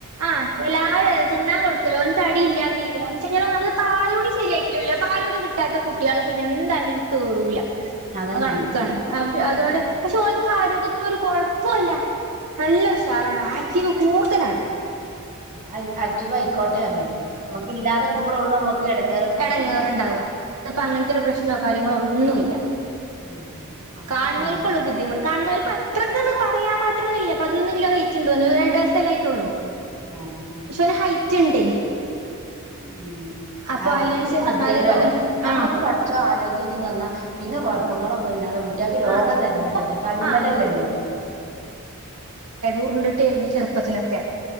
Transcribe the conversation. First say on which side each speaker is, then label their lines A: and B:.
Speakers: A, on the right (about 80°); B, on the right (about 35°).
A: ആഹ് എല്ലാരും അതെ തിന്നാൻ കൊടുക്കല ഓൻ തടിയില്ലാ തീ <unintelligible> പാലുകുടി ശരിയായിട്ടില്ലല്ലോ പാലുകുടി കിട്ടാത്ത കുട്ടികളെ പിന്നെ എന്തായാലും തേറൂല
B: അതന്നെയാണ്
A: കണക്കാണ് അതുകൊണ്ട്
B: അത്.
A: പക്ഷെ ഓൻക്ക് ആരോഗ്യ ത്തിന് ഒരു കൊഴപ്പോവില്ല നല്ല ഉഷാറാണ് ആക്റ്റീവ് കൂടുതലാണ്
B: ഹൈ ആക്റ്റീവ് ആയി ക്കോട്ടെ <unintelligible> നമ്മക്ക് ഇല്ലാതിക്കുമ്പോഴെ ഒള്ളൂ നമ്മക്ക് ഏടങ്കേ
A: എടങ്ങാറുണ്ടാവുക ഇതിപ്പൊ അങ്ങനത്തെ ഒരു പ്രശ്നോ കാര്യങ്ങളോ ഒന്നൂവില്ല
B: ആഹ് അതന്നെയാ
A: കാണുന്നോൾക്കുള്ളൂ
B: വേണ്ടത്
A: ബുദ്ധിമുട്ട് കാണു അത്രക്ക് ഒന്ന് പറയാൻ മാത്രമൊന്നില്ല പതിനൊന്ന് കിലോ വെയിറ്റുണ്ട് ഓന് രണ്ട് വയസല്ലേ ആയിട്ടുള്ളൂ
B: ആഹ് ആഹ്
A: പക്ഷെ
B: ആഹ്
A: ഓന് ഹൈറ്റ് ഇണ്ടേ
B: ഉം
A: അപ്പൊ
B: ആഹ്
A: അതിനനുസരിച്ച്
B: അത് മതിയല്ലോ
A: അത് അത്
B: ഞമ്മക്ക്
A: ആഹ്
B: പടച്ചോൻ ആദ്യ ആരോഗ്യം ഒന്ന് നന്നാ പിന്നെ കുഴപ്പങ്ങളൊന്നും ഇല്ലാതെ കുട്ടികൾക്ക് രോഗം
A: ആഹ്
B: തരാതിരിക്കട്ടെ
A: ഇപ്പൊ
B: <unintelligible>
A: ആഹ്
B: മേലല്ലേ അത്
A: ഉരുണ്ടിട്ടെയിരുന്നു ചെറുപ്പത്തിലൊക്കെ